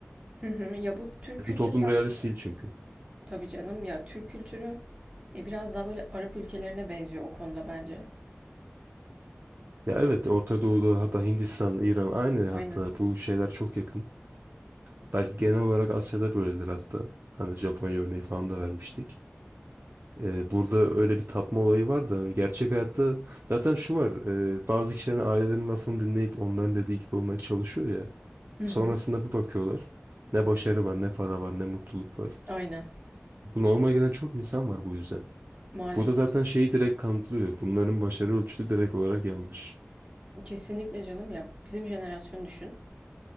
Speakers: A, on the right; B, on the right.
A: Hı hı. Ya bu Türk
B: Bizim
A: kültürü
B: toplum realist
A: bence.
B: değil çünkü.
A: Tabii canım ya Türk kültürü e, biraz daha böyle Arap ülkelerine benziyor o konuda bence.
B: Ya evet Orta Doğu'da hatta Hindistan, İran aynı
A: Aynen.
B: hatta bu şeyler çok yakın. Belki genel olarak Asya'da böyledir hatta. Hani Japonya örneği falan da vermiştik. Ee, burada öyle bir tapma olayı var da hani gerçek hayatta zaten şu var. e, bazı kişilerin ailelerin lafını dinleyip onların dediği gibi olmaya çalışıyor ya.
A: Hı
B: Sonrasında
A: hı.
B: bir bakıyorlar. Ne başarı var, ne para var, ne mutluluk var.
A: Aynen.
B: Bu normal gelen çok insan var bu yüzden.
A: Maalesef.
B: Bu da zaten şeyi direkt kanıtlıyor. Bunların başarı ölçüsü direkt olarak yanlış.
A: Kesinlikle canım ya bizim jenerasyonu düşün.